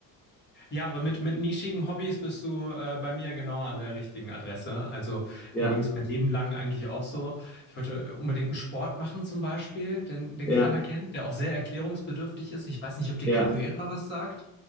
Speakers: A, on the left (about 25°); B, in the centre.
A: Ja, aber mit, mit nischigen Hobbys bist du äh, bei mir genau an der richtigen Adresse. Also
B: Ja,
A: mir ging es mein Leben lang eigentlich auch so. Ich wollte unbedingt einen Sport machen zum Beispiel, den, den
B: ja,
A: keiner kennt, der auch sehr erklärungsbedürftig ist. Ich weiß nicht, ob dir
B: ja,
A: Capoeira was sagt.